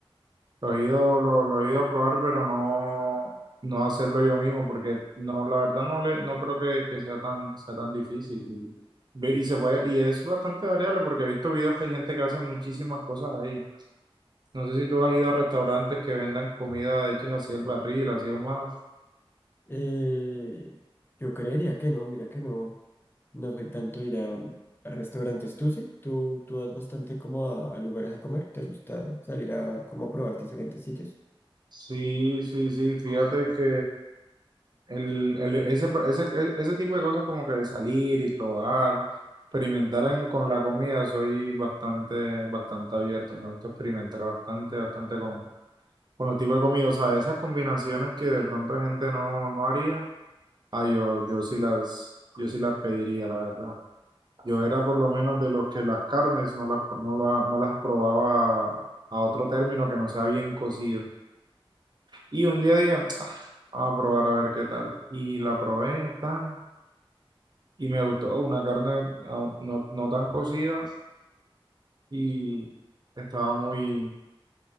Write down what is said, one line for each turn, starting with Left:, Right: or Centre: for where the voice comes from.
Right: los he ido, lo- los, he ido a probar, pero no, no hacerlo yo mismo, porque no, la verdad no le, no creo que, que sea tan, sea tan difícil. Y, ve- y se puede, y es bastante variable, porque he visto videos que hay gente que hace muchísimas cosas ahí. No sé si tú has ido a restaurantes que vendan comida hechas así al barril, así más
Left: Eh, yo creería que no, mira que no. No soy tanto ir a, a restaurantes. ¿Tú sí? ¿Tú, tú vas bastante como a, a lugares a comer? ¿Te gusta salir a como a probar diferentes sitios?
Right: Sí, sí, sí, fíjate que el, el- ese, ese, e- ese tipo de cosas como que de salir y probar, experimentar en- con la comida, soy bastante, bastante abierto, me gusta experimentar bastante, bastante con, con los tipos de comida, o sea, esas combinaciones que de pronto gente no, no haría, ah, yo, yo sí las, yo sí las pediría, la verdad. Yo era por lo menos de los que las carnes no las, no la- no las probaba a otro término que no sea bien cocido. Y un día dije, "Ah, vamos a probar a ver qué tal. Y la probé, tan, y me gustó. Una carne ah, no, no tan cocida y estaba muy,